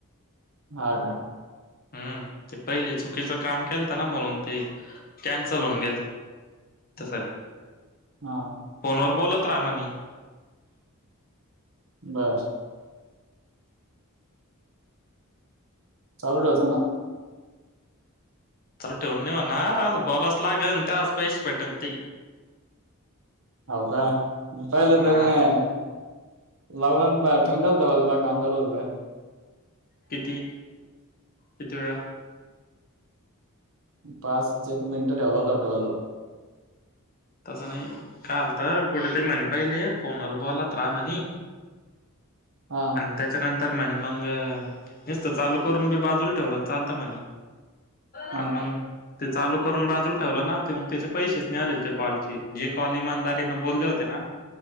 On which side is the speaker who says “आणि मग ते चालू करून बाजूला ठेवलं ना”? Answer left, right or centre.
Left